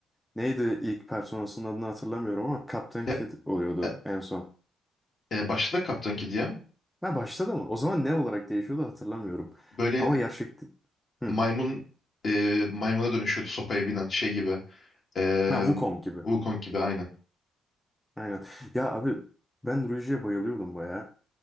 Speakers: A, in the centre; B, on the left.
A: Neydi ilk personasının adını hatırlamıyorum ama Captain
B: Ya,
A: Kid oluyordu
B: e,
A: en son.
B: E, başta da Kaptan Kid ya.
A: Ha başladı mı? O zaman ne olarak değişiyordu hatırlamıyorum.
B: Böyle
A: Ama gerçekten... Hı.
B: maymun e, maymuna dönüşüyordu sopaya binen şey gibi. E,
A: Ha Wukong gibi.
B: Wukong gibi aynen.
A: Aynen. Ya abi ben Ruiji'ye bayılıyordum baya.